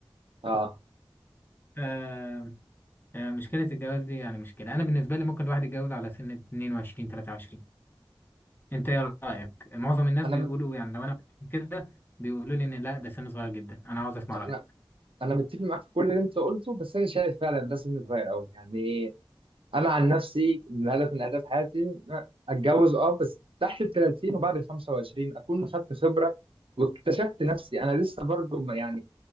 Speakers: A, on the right; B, on the left.
A: آه
B: آه آه مشكلة الجواز دي يعني مشكلة أنا بالنسبة لي ممكن الواحد يتجوز على سن 22 23 أنت إيه رأيك؟ معظم الناس
A: أنا
B: بيقولوا
A: مت...
B: يعني لو أنا كده بيقولوا لي إن لا ده سن صغير جدا أنا عاوز أسمع
A: أنا
B: رأيك
A: أنا متفق معاك في كل اللي أنت قلته بس أنا شايف فعلا ده سن صغير أوي يعني انا عن نفسي من هدف من اهداف حياتي إن أنا اتجوز اه بس تحت ال 30 وبعد ال 25 اكون خدت خبره واكتشفت نفسي انا لسه برضه ما يعني